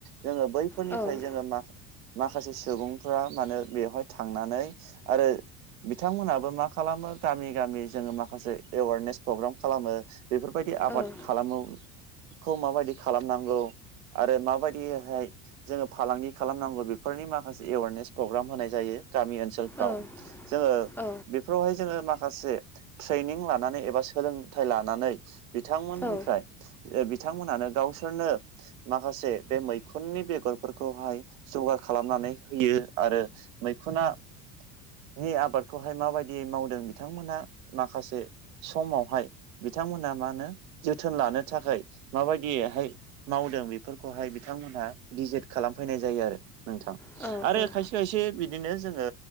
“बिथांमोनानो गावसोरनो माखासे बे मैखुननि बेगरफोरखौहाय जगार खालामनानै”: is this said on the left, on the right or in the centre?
Right